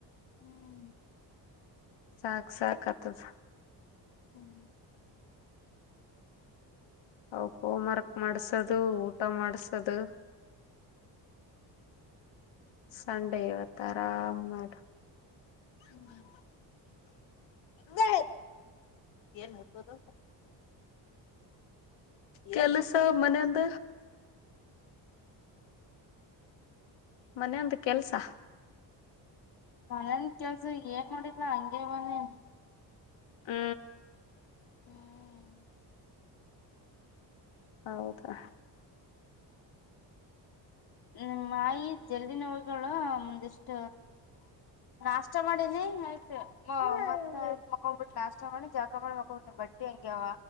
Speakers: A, on the left; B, on the left.
A: ಹ್ಮ್
B: ಸಾಕ್ ಸಾಕ್ ಆಗ್ತದ
A: ಹ್ಮ್
B: ಅವಕ್ ಹೋಮ್ ವರ್ಕ್ ಮಾಡಸದು ಊಟ ಮಾಡ್ಸದು ಸಂಡೆ ಇವತ್ತ ಆರಾಮ್ ಮಾಡ
A: ಹ್ಮ್
B: ಬ ಏನ್ ಮುಟ್ಟೋದ ಕೆಲಸ ಮನೆಯಂದ ಮನೆಯೊಂದು ಕೆಲ್ಸ
A: ಮನೇನ್ ಕೆಲ್ಸ ಏನ್ ಮಾಡೋಡಿದ್ರ ಹಂಗಗೆ ಬನೆ
B: ಹ್ಮ್
A: ಹ್ಮ್
B: ಹೌದಾ
A: ನಿ ಮಾಾಯಿ ಜಲ್ಲಿನವುಗಳು ಒಮಂದಿಷ್ಟ ನಾಷ್ಟ ಮಾಡೀನಿ ಆಯ್ತು
B: ಹಾ
A: ಮತ್ತೆ ಆಯ್ತ್ ಮಕೊಬಿಟ್ಟು ನಾಷ್ಟ ಮಾಡಿ ಜಾಕ ಮಾಡಿ ಮಕ್ಕೊಬಿಟ್ಟಿನ ಬಟ್ಟಿ ಹಂಗಗೆಾವ